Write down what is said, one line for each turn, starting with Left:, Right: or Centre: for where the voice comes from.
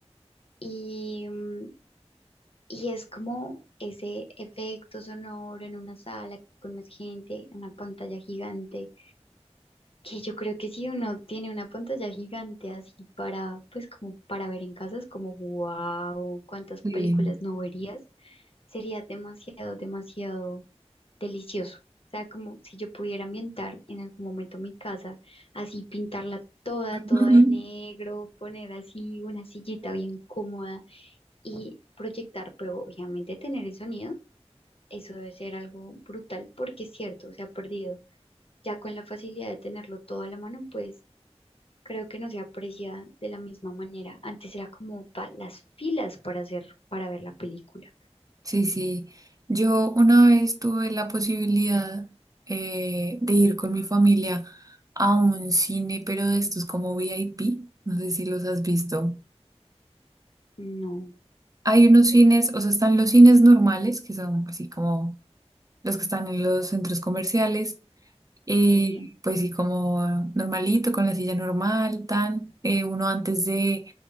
Left: y, mm, y es como ese efecto sonoro en una sala con más gente, en una pantalla gigante, que yo creo que si uno tiene una pantalla gigante así para, pues como para ver en casa, es como, wow, cuántas
Right: Sí.
Left: películas no verías, sería demasiado, demasiado delicioso. O sea, como si yo pudiera ambientar en algún momento mi casa, así pintarla toda, toda
Right: Ujú.
Left: de negro, poner así una sillita bien cómoda y proyectar, pero obviamente tener el sonido, eso debe ser algo brutal porque es cierto, se ha perdido. Ya con la facilidad de tenerlo todo a la mano, pues creo que no se aprecia de la misma manera. Antes era como pa- las filas para hacer, para ver la película.
Right: Sí, <laughs> sí. Yo una vez tuve la posibilidad eh, de ir con mi familia a un cine, pero de estos como VIP, no sé si los has visto.
Left: No,
Right: Hay unos cines, o sea, están los cines normales, que son así como los que están en los centros comerciales, eh,
Left: sí,
Right: pues sí, como normalito, con la silla normal, tan. eh, uno antes de,